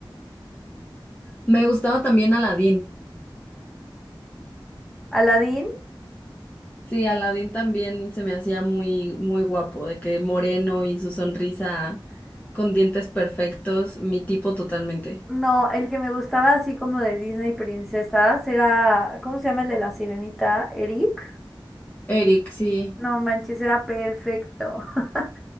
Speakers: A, on the left (about 20°); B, in the centre.
A: Me gustaba también Aladín.
B: Aladín.
A: Sí, Aladín también se me hacía muy, muy guapo, de que moreno y su sonrisa con dientes perfectos, mi tipo totalmente.
B: No, el que me gustaba así como de Disney princesas era, ¿cómo se llama el de la sirenita? Eric.
A: Eric, sí.
B: No manches, era perfecto. <laughs>